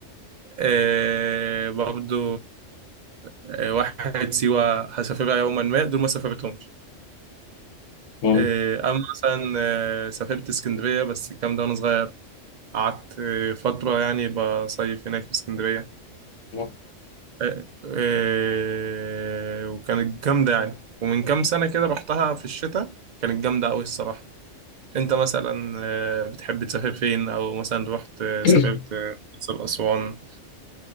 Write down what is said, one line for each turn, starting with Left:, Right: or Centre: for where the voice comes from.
Right: آه برضو آه واحد سيوة هسافرها يوما ما دول ما سافرتهمش
Left: مم.
Right: آه أما مثلا آه سافرت اسكندرية بس الكلام ده وأنا صغير قعدت فترة يعني بصيف هناك في اسكندرية
Left: مم.
Right: آه، آه، وكانت جامدة يعني ومن كام سنة كده رحتها في الشتاء كانت جامدة أوي الصراحة أنت مثلا آه، بتحب تسافر فين أو مثلا رحت آه،
Left: <clears throat>
Right: سافرت آه، الأقصر أسوان